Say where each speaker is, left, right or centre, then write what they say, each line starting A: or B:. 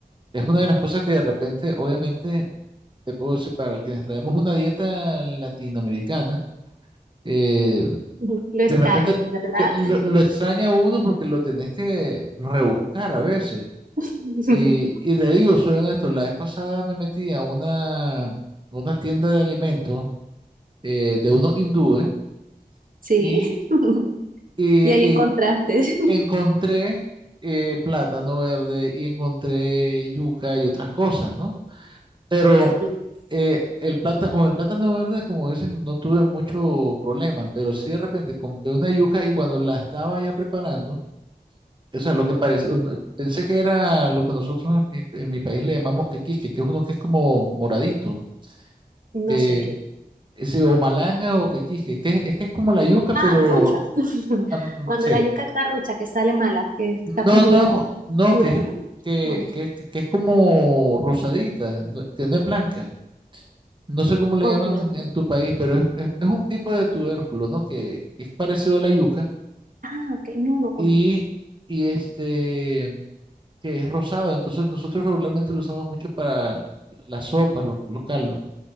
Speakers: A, on the right; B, on the right.
A: Es una de las cosas que de repente, obviamente, te puedo decir, para quienes traemos una dieta latinoamericana, eh,
B: Lo extraño,
A: de repente
B: ¿verdad?
A: te- lo, lo extraña uno porque lo tenés que rebuscar a veces.
B: <laughs>
A: Y, y te digo, soy honesto, la vez pasada me metí a una, a una tienda de alimentos eh, de unos hindúes
B: Sí.
A: y,
B: <laughs>
A: eh,
B: Y ahí
A: eh,
B: encontraste. <laughs>
A: encontré eh, plátano verde y encontré yuca y otras cosas, ¿no? Pero
B: Sí.
A: eh, el plátano, con el plátano verde, como dicen, no tuve mucho problema, pero sí de repente compré una yuca y cuando la estaba ya preparando, eso es lo que parece, un- pensé que era lo que nosotros en mi, en mi país le llamamos quequisque, que es uno que es como moradito.
B: No
A: eh,
B: sé qué.
A: ese o malanga o quequisque, que es, es que es como la yuca,
B: Ah,
A: pero
B: rucha. <laughs>
A: am-
B: Cuando
A: sí,
B: la yuca está rucha, que sale mala, que está
A: No,
B: como
A: no, no,
B: dura,
A: que es,
B: ¿no?
A: que,
B: Mm,
A: que, es- que es como rosadita, no- que no es blanca. No sé cómo le
B: ok.
A: llaman en tu país, pero es, es- es un tipo de tubérculo, ¿no? Que, que es parecido a la yuca
B: Ah, ok, no, no conozco.
A: y, y este, que es rosado. Entonces nosotros regularmente lo usamos mucho para las sopas, los, los caldos.